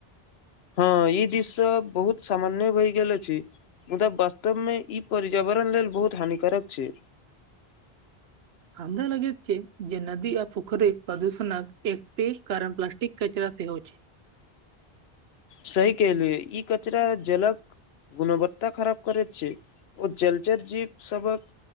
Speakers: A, on the left; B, on the right.
A: हँ ई दिश सब बहुत सामान्य भय गेल अछि मुदा वास्तव मे ई पर्यावरण लेल बहुत हानिकारक छै
B: हमरा लगैत छै जे नदी आ पोखर प्रदूषणक एक पैघ कारण प्लास्टिक कचरा सेहो छै
A: सही कहलिए ई कचरा जलक गुणवत्ता खराब करैत छै ओ जलचर जीव सबक